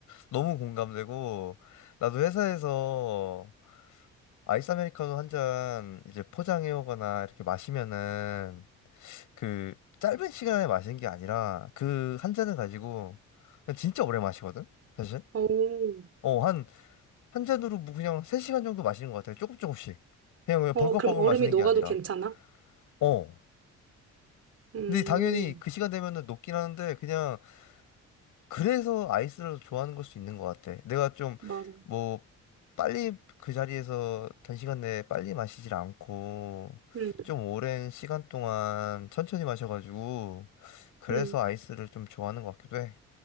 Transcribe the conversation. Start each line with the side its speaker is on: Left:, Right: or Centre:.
Left: 너무 공감되고 나도 회사에서 아이스 아메리카노 한 잔 이제 포장해 오거나 이렇게 마시면은 그 짧은 시간에 마시는 게 아니라 그 한 잔을 가지고 그냥 진짜 오래 마시거든 사실
Right: 오,
Left: 어 한 한 잔으로 뭐 그냥 세시간 정도 마시는 것 같아요 조금 조금씩 그냥 그냥
Right: 어,
Left: 벌컥벌컥
Right: 그럼 얼음이
Left: 마시는
Right: 녹아도
Left: 게 아니라
Right: 괜찮아?
Left: 어
Right: 음,
Left: 근데 당연히 그 시간 되면은 녹긴 하는데 그냥 그래서 아이스를 좋아하는 걸 수 있는 것 같아 내가 좀
Right: 맞아.
Left: 뭐 빨리 그 자리에서 단시간 내에 빨리 마시질 않고
Right: 음,
Left: 좀 오랜 시간 동안 천천히 마셔가지고 그래서
Right: 음.
Left: 아이스를 좀 좋아하는 것 같기도 해